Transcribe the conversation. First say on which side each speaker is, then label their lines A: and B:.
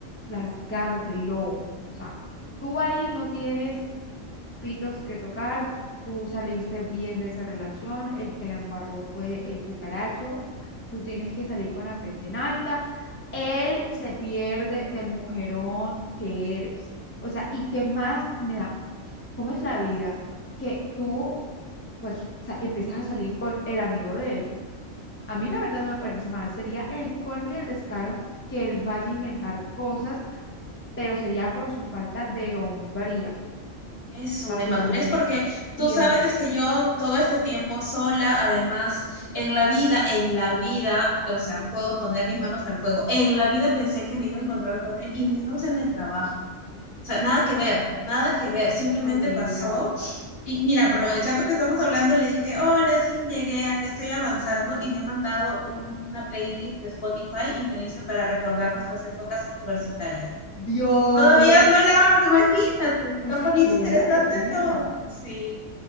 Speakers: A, on the left (about 15°); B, on the left (about 45°).
A: las garras del lobo. O sea, tú ahí no tienes pitos que tocar, tú saliste bien de esa relación, el que la embarró fue el cucaracho, tú tienes que salir con la frente en alta, él se pierde del mujerón que eres. O sea, ¿y qué más me da? ¿Cómo es la vida? Que tú, pues, o sea, empieces a salir con el amigo de él. A mí la verdad no me parece mal, sería el colmo y el descaro que él vaya a inventar cosas, pero sería por su falta de hombría,
B: Eso,
A: básicamente,
B: de madurez, porque
A: sí, y
B: tú sabes
A: de madurez.
B: que yo todo este tiempo sola, además, en la vida, en la vida, o sea, puedo poner mis manos al fuego, en la vida pensé que me iba a encontrar con él y menos en el trabajo. O sea, nada que ver, nada que ver, simplemente
A: Amiga,
B: pasó. Y mira, aprovechando que estamos hablando, le dije, hola, sí, llegué, acá estoy avanzando y me ha mandado una playlist de Spotify y me dice para recordar nuestras épocas universitarias.
A: Dios,
B: Todavía no la abro, imagínate, se
A: o
B: está
A: sea
B: poniendo
A: que todavía
B: interesante
A: lo recuerda.
B: todo. Sí,